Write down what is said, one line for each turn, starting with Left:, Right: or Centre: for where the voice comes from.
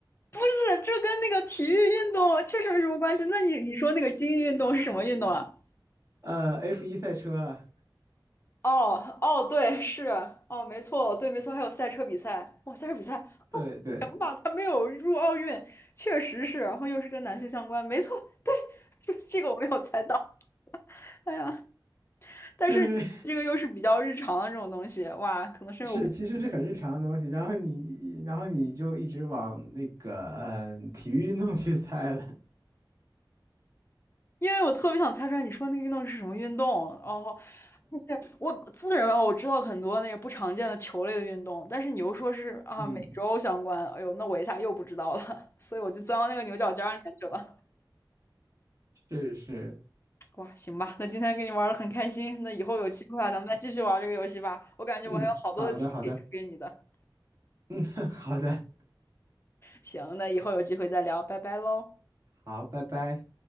Left: 不是，这跟那个体育运动确实没什么关系。那你你说那个精英运动是什么运动啊？
Right: <laughs> 呃，F 一赛车啊，
Left: 哦哦，对，是哦，没错，对，没错，还有赛车比赛，哇，赛车比赛，
Right: 对对，
Left: 哦，行吧，他没有入奥运，确实是，然后又是跟男性相关，没错，对，这这个我没有猜到，哎呀，但是这个又是比较日常的这种东西，
Right: 就是
Left: 哇，可能是因为我，
Right: 是，其实是很日常的东西。然后你，然后你就一直往那个嗯、呃体育运动去猜了。
Left: 因为我特别想猜出来你说那个运动是什么运动，哦，而且我自认为啊我知道很多那个不常见的球类的运动，但是你又说是啊美洲相关，
Right: 嗯，
Left: 哎呦，那我一下又不知道了，<laughs> 所以我就钻到那个牛角尖儿里面去了。
Right: 是是，
Left: 哇，行吧，那今天跟你玩的很开心，那以后有机会啊，咱们再继续玩这个游戏吧。我感觉我还有好多的题可以出给你的。
Right: 嗯，好的好的 <laughs> 好的，
Left: 行，那以后有机会再聊，拜拜喽。
Right: 好，拜拜。